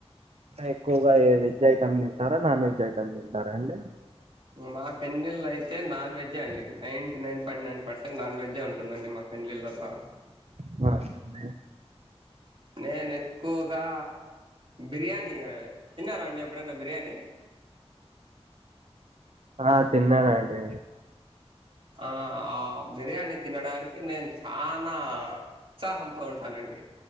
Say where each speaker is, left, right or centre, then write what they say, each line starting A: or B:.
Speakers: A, on the right; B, on the right.
A: ఎక్కువగా ఏ వెజ్ ఐటమ్ తింటారా నాన్ వెజ్ ఐటమ్ తింటారా అండి
B: మా పెళ్లిండ్ల అయితే నాన్ వెజ్ అండి ninety nine point nine percent non veg ఉంటుందండి మాకు పెళ్ళిండ్లకా
A: బ అ <unintelligible>
B: నేను ఎక్కువగా బిర్యానీ తిన్నారా అండి ఎప్పుడన్నా బిర్యానీ
A: ఆ తిన్నానండీ
B: ఆ ఆ బిర్యానీ తినడానికి నేను చానా ఉత్సాహంతో ఉంటానండి